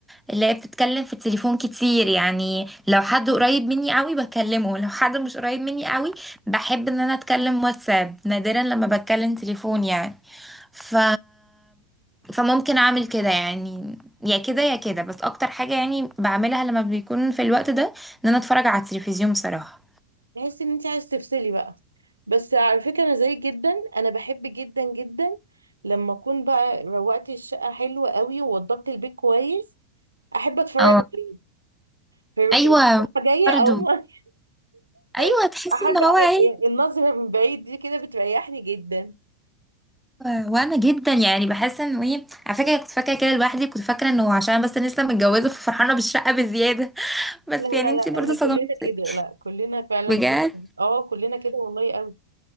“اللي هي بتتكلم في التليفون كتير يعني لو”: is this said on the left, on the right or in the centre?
Centre